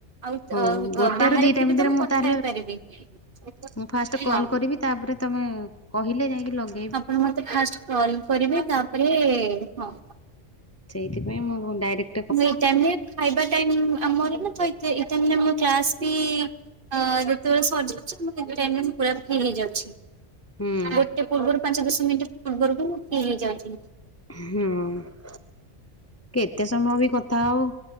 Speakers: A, on the right (about 50°); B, on the left (about 15°).
A: ଆଉତ
B: ହଉ
A: ଅ
B: ଗୋଟେ
A: ବାହାରେ
B: ରୁ ଦିଟା
A: ଥିବେ
B: ଭିତରେ
A: ତମୁଁ
B: ମୁଁ
A: କଥା
B: ତାହେଲେ
A: ହେଇପାରିବି ହଁ।
B: ମୁଁ ଫାଷ୍ଟ କଲ୍ କରିବି ତାପରେ ତମେ କହିଲେ ଯାଇକି ଲଗେ
A: ଆପଣ ମତେ ଫାଷ୍ଟ କଲ କରିବେ ତାପରେ ହଁ।
B: ଚଇଥିପାଇଁ ମୁଁ ଡାଇକ୍ଟ
A: ଏଇ ଟାଇମ୍ ଖାଇବା ଟାଇମ୍ ଆମର ଏଇଟାମ୍ ଆମର କ୍ଲାସ ବି- ହଁଯେତେବେଳେ ସରିଯାଉଛି ମୁଁ ଫିଟାଇମିରେପଳିଆସୁଚି ଫି ହେଇଯାଉଛି।
B: ହୁଁ
A: ଆଉଗୋଟେ ପୂର୍ବରୁ ପାଞ୍ଚ ଦଶ ମିନିଟ୍ ପୂର୍ବରୁ ବିମୁଁଫି ହେଇଯାଉଛି।
B: ହୁଁ। କେତେ ସମୟ ବି କଥା ହଉ